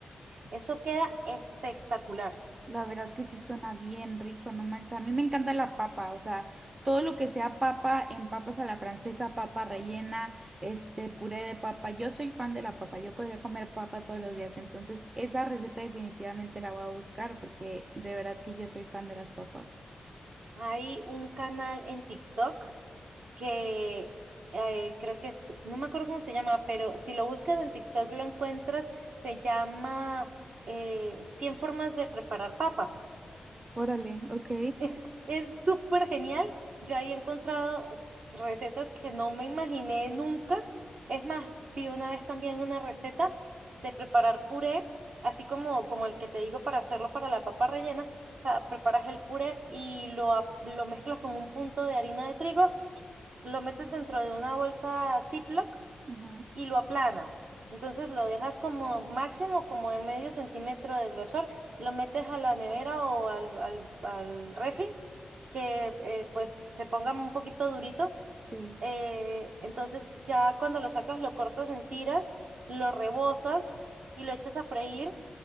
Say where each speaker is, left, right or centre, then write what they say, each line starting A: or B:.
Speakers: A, on the right; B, on the right.
A: Eso queda espectacular.
B: la verdad que sí suena bien rico, no manches. A mí me encanta la papa, o sea, todo lo que sea papa, en papas a la francesa, papa rellena, este puré de papa. Yo soy fan de la papa, yo podría comer papa todos los días, entonces esa receta definitivamente la voy a buscar porque de verdad que yo soy fan de las papas.
A: Hay un canal en TikTok que eh, creo que es, no me acuerdo cómo se llama, pero si lo buscas en TikTok lo encuentras, se llama eh, 100 formas de preparar papas.
B: Órale, ok.
A: Es, es súper genial. Yo ahí he encontrado recetas que no me imaginé nunca. Es más, vi una vez también una receta de preparar puré, así como, como el que te digo para hacerlo para la papa rellena. O sea, preparas el puré y lo, ap- lo mezclas con un punto de harina de trigo, lo metes dentro de una bolsa Ziploc
B: Ajá,
A: y lo aplanas. Entonces lo dejas como máximo, como en medio centímetro de grosor, lo metes a la nevera o al, al, al refri que eh, pues se ponga un poquito durito.
B: sí.
A: eh, entonces ya cuando lo sacas lo cortas en tiras, lo rebozas y lo echas a freír